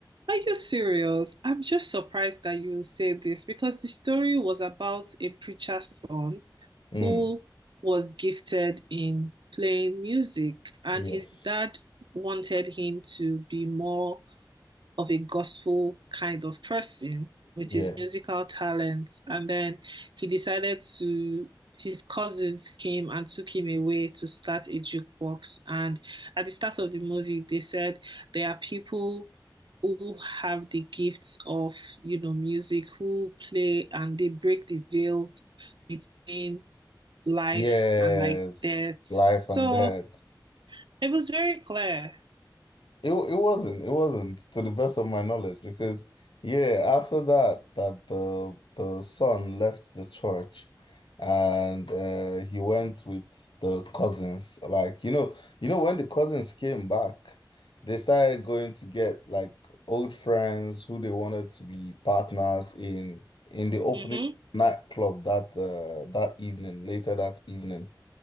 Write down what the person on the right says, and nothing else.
Are you serious? I'm just surprised that you say this because the story was about a preacher's son
who was gifted in playing music, and
his dad wanted him to be more of a gospel kind of person with
his musical talent. And then he decided to, his cousins came and took him away to start a jukebox. And at the start of the movie, they said there are people who have the gifts of, you know, music, who play and they break the veil between life
and like death.
So
it was very clear.
Mm-hmm.